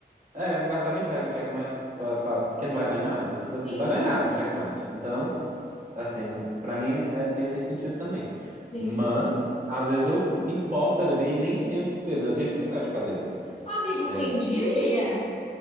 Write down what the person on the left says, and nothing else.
Sim,
sim.
Amigo,
quem diria?